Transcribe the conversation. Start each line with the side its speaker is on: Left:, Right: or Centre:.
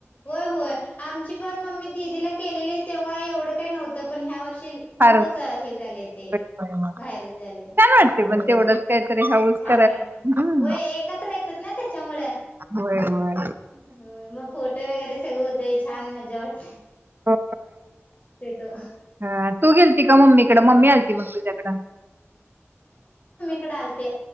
Left: होय होय आमची पण मम्मी दीदीला केलेले तेव्हा एवढं... काही नव्हत पण ह्या वर्षी... खूपच
Right: फार
Left: हे झाले ते
Right: छान
Left: व्हायरल झाले
Right: वाटते
Left: होय.
Right: पण तेवढंच काहीतरी हाऊस
Left: छान
Right: करायला
Left: वाटते
Right: हम्म
Left: हो एकत्र येतात ना त्याच्यामुळ..
Right: होय होय
Left: होय मग फोटो वगैरे... सगंळ होतय छान मजा वाट
Right: हो
Left: तो
Right: ह तू गेलती का मम्मीकडे मम्मी आलती मग झगडा <unintelligible>
Left: इकडं आलते.